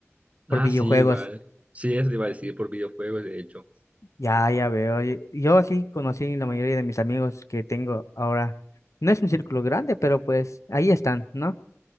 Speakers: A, on the left (about 75°); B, on the right (about 25°).
A: por
B: Ah,
A: videojuegos.
B: sí, igual. Sí, eso te iba a decir por videojuegos, de hecho.
A: Ya, ya veo. y- Yo así conocí la mayoría de mis amigos que tengo ahora. No es un círculo grande, pero pues ahí están, ¿no?